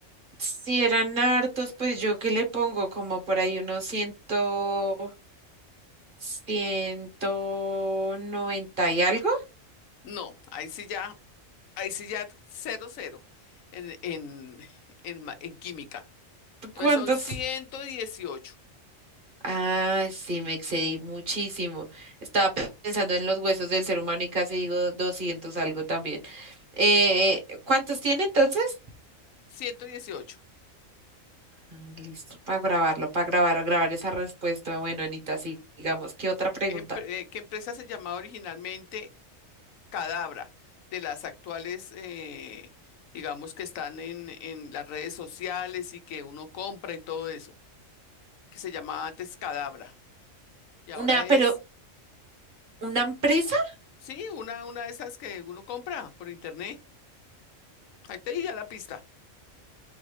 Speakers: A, on the right; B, on the left.
A: Si eran hartos, pues yo qué le pongo como por ahí unos ciento, ciento noventa y algo.
B: No, ahí sí ya. ahí sí ya cero, cero en, en, en, ma- en química. Entonces
A: ¿Cuántos?
B: son ciento dieciocho,
A: Ah, sí, me excedí muchísimo. Estaba pe- pensando en los huesos del ser humano y casi digo 200 algo también. Eh, eh, ¿cuántos tiene entonces?
B: ciento dieciocho.
A: Ah, Listo, para grabarlo, para grabar, grabar esa respuesta. Bueno, Anita, sigamos. ¿Qué otra pregunta?
B: ¿Qué, empre- eh, qué empresa se llamaba originalmente Cadabra? De las actuales, eh, digamos, que están en, en las redes sociales y que uno compra y todo eso, que se llamaba antes Cadabra. Y ahora
A: Una,
B: es,
A: pero ¿una empresa?
B: sí, una, una de esas que uno compra por internet. Ahí te di ya la pista.